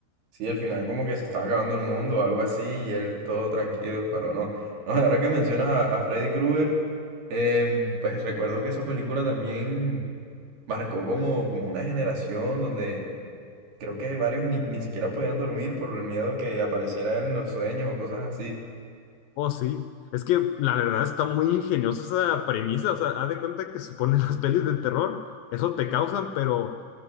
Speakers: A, on the right; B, on the left.
A: sí, al final como que se estaba acabando el mundo o algo así y él todo tranquilo, pero no. No, y ahora que mencionas a, a Freddy Krueger, em, pues recuerdo que esa película también marcó como, como una generación donde creo que varios ni, ni siquiera podían dormir por el miedo que apareciera él en los sueños o cosas así.
B: Oh, sí. Es que la verdad está muy ingeniosa esa premisa. O sea, haz de cuenta que suponen <laughs> las pelis de terror, eso te causan, pero